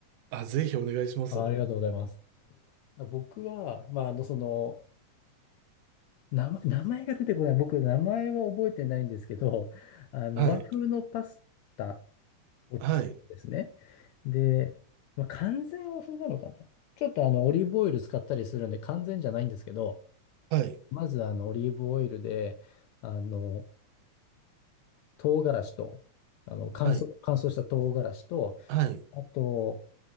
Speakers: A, on the right; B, on the left.
A: あ、ぜひお願いします。
B: あ、ありがとうございます。僕は、まあ、あの、その、名前、名前が出てこない。僕、名前は覚えてないんですけど、あの、
A: はい。
B: 和風のパスタを作るんですね。
A: はい。
B: で、まあ、完全和風なのかなちょっとあの、オリーブオイル使ったりするんで、完全じゃないんですけど、
A: はい。
B: まず、あの、オリーブオイルで、あの、唐辛子と、あの、乾燥、
A: はい。
B: 乾燥した唐辛子と、
A: はい。
B: あと、